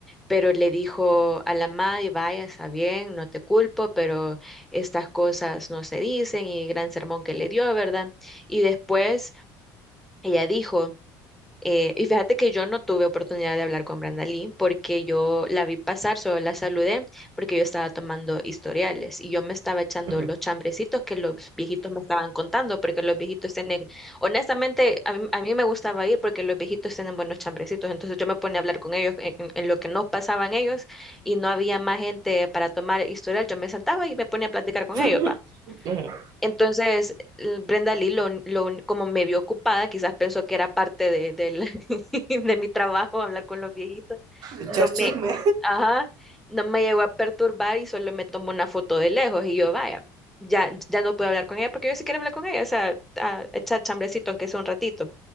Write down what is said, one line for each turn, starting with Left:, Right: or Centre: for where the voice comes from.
Centre: pero le dijo a la Maddie, vaya, está bien, no te culpo, pero estas cosas no se dicen y gran sermón que le dio, ¿verdad? Y después ella dijo... Eh, y fíjate que yo no tuve oportunidad de hablar con Brenda Lee porque yo la vi pasar, solo la saludé porque yo estaba tomando historiales y yo me estaba echando
Right: ajá.
Centre: los chambrecitos que los viejitos me estaban contando porque los viejitos tienen, honestamente, a mí, a mí me gustaba ir porque los viejitos tienen buenos chambrecitos, entonces yo me ponía a hablar con ellos en, en- en lo que nos pasaban ellos y no había más gente para tomar historial, yo me sentaba y me ponía a platicar con
Right: <laughs>
Centre: ellos, va.
Right: Ajá.
Centre: Entonces, l- Brenda Lee, lo, un- lo un- como me vio ocupada, quizás pensó que era parte de, del- <laughs> de mi trabajo hablar con los viejitos.
Right: Echar
Centre: No me,
Right: chisme.
Centre: ajá, no me llegó a perturbar y solo me tomó una foto de lejos. Y yo, vaya, ya, ya no puedo hablar con ella porque yo sí quiero hablar con ella, o sea, a echar chambrecito, aunque sea un ratito.